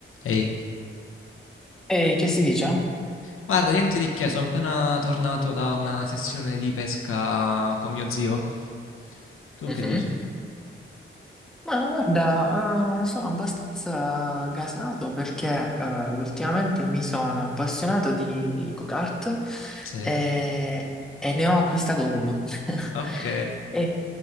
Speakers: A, on the left; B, in the centre.
A: Ehi,
B: E che si dice?
A: guarda, niente di che, sono appena tornato da una sessione di pesca con mio zio. Tu
B: Mhm.
A: che dici?
B: Ma guarda, eh, sono abbastanza gasato perché eh, ultimamente mi sono appassionato di go-kart
A: Sì.
B: e, e ne ho acquistato uno. <laughs>
A: Ok.
B: E,